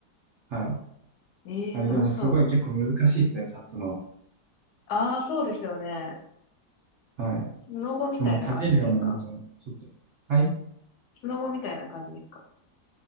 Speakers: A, on the right; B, on the left.
A: はい。
B: ええー、
A: あれでもすごい結構難しいですね、
B: 楽しそう。
A: 立つの。
B: ああ、そうですよね。
A: はい。
B: スノボみたいな感じですか
A: でも立てるようになると、ちょっと。はい。
B: スノボみたいな感じですか